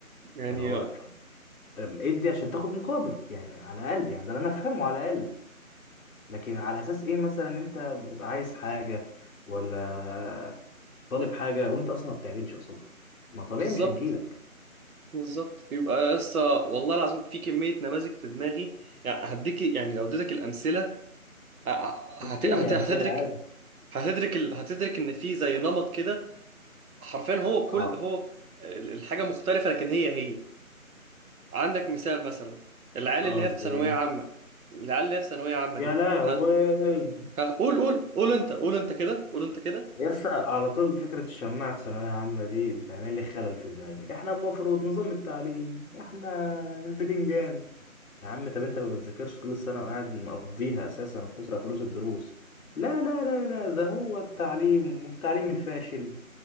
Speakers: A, on the right; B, on the left.
A: يعني
B: اللي هو أم، ادي عشان تاخد مقابل يعني على الأقل يعني ده اللي انا افهمه على الأقل لكن على اساس ايه مثلا إن انت بتبقى عايز حاجة ولا طالب حاجة وانت اصلا ما بتعملش قصادها ما طبيعي
A: بالظبط
B: مش هتجيلك
A: بالظبط يبقى لسه والله العظيم في كميه نماذج في دماغي يعني هديك يعني لو اديتك الامثله ه-
B: اديني
A: هت... هت...
B: امثلة
A: هتدرك
B: عادي
A: هتدرك ال... هتدرك ان في زي نمط كده حرفيا هو كل
B: اه
A: هو ال- الحاجه مختلفه لكن هي هي عندك مثال مثلا العيال
B: اه
A: اللي هي
B: زي
A: في ثانوية
B: ايه
A: عامة العيال اللي هي في ثانوية عامة
B: يا
A: دي
B: لهوي
A: ها ها قول قول قول انت قول انت كده قول انت كده
B: يس على طول فكرة الشماعة ثانوية عامة دي بتعمل لي خلل في دماغي احنا المفروض نظام التعليم احنا البتنجان يا عم طب انت ما بتذاكرش طول السنة وقاعد مقضيها اساسا وبتسرق فلوس الدروس لا لا لا لا ده هو التعليم والتعليم الفاشل